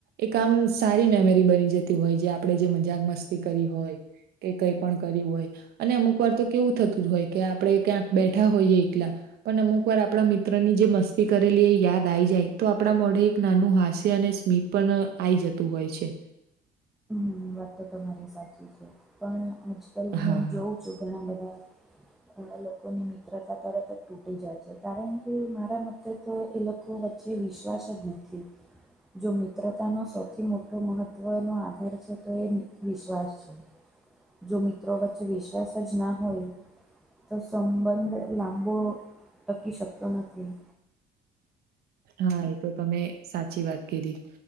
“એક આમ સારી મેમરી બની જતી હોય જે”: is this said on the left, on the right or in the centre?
Right